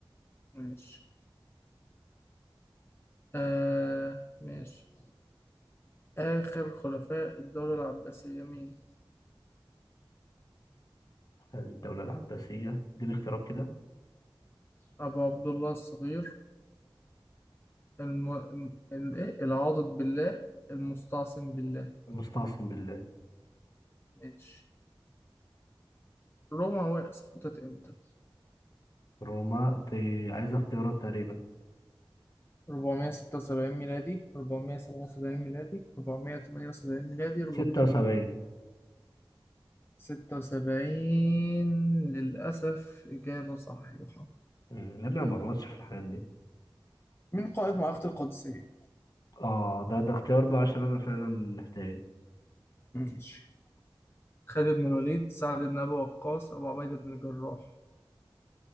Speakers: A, on the left; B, on the left.
A: ماشي أه ماشي آخر خلفاء الدولة العباسية مين؟
B: الدولة العباسية دي الاختيارات كده
A: أبو عبد الله الصغير الم... ال... إيه؟ العاضد بالله المستعصم بالله
B: المستعصم بالله
A: ماشي روما و- سقطت امتى؟
B: روما دي عايزة اختيارات تقريبا
A: 476 ميلادي 477 ميلادي 478 ميلادي
B: 76
A: 476 للأسف إجابة صحيحة
B: امم يا ابني أنا ما غلطش في الحاجات دي
A: من قائد معركة القادسية؟
B: اه ده ده اختيار بقى عشان انا فعلا محتاج
A: ماشي خالد بن الوليد سعد بن أبي وقاص أبو عبيدة بن الجراح